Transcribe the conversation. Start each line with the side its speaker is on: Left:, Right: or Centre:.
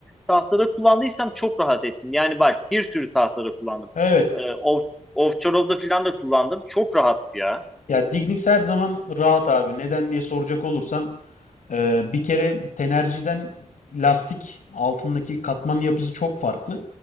Centre: tahtada kullandıysam çok rahat ettim. Yani bak bir sürü tahtada kullandım.
Left: Evet.
Centre: E, off, Ovçarov'da falan da kullandım. Çok rahattı ya.
Left: Ya Dignics her zaman rahat abi. Neden diye soracak olursan Ee, bir kere tenerciden lastik altındaki katmanın yapısı çok farklı.